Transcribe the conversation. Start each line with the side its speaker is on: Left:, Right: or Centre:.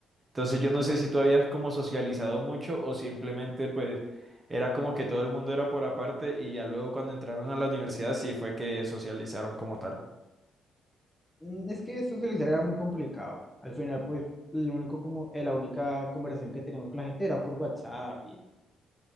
Right: Entonces yo no sé si tú habías como socializado mucho o simplemente pues era como que todo el mundo era por aparte y ya luego cuando entraron a la universidad sí fue que socializaron como tal.
Centre: Mm, Es que socializar era muy complicado. Al final, pues, el único como, eh, la única conversación que teníamos con la gente era por WhatsApp y,